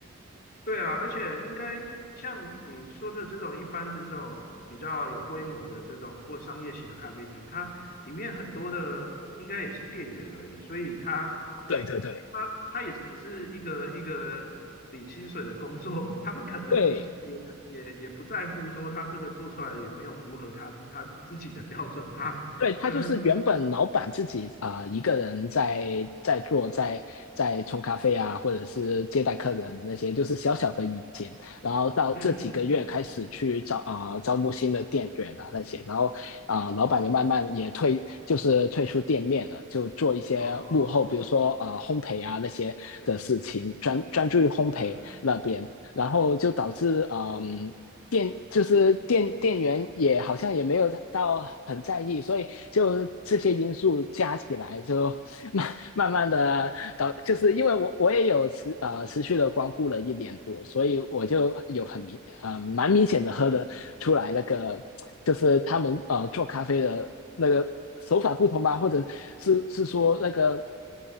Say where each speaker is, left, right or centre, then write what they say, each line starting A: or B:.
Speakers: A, on the left; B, on the left.
A: 对啊，而且应该像你说的这种一般的这种比较有规模的这种或商业型的咖啡厅，它里面很多的应该也是店员而已，所以他
B: 对对对
A: 他他也只是一个一个领薪水的工作，<laughs> 他们可能也也也不在乎说他这个做出来有没有符合他他自己的标准嘛，
B: 对。对他就是原本老板自己啊、
A: <laughs> 嗯
B: 呃一个人在在做，在在冲咖啡啊，或者是接待客人那些，就是小小的一间。然后到这几个月开始去招啊、
A: 嗯，
B: 呃招募新的店员啊那些，然后啊、呃老板就慢慢也退，
A: 哦
B: 就是退出店面了，就做一些幕后，
A: 哦，
B: 比如说啊、呃烘焙啊那些的事情，
A: 对
B: 专专注于烘焙那边。
A: 对，
B: 然后就导致嗯店就是店店员也好像也没有到很在意，所以就这些因素加起来就 <laughs> 慢慢慢的导，就是因为我我也有持呃持续的光顾了一年多，所以我就有很明呃蛮明显的喝的出来那个就是他们呃做咖啡的那个手法不同吧，或者是是说那个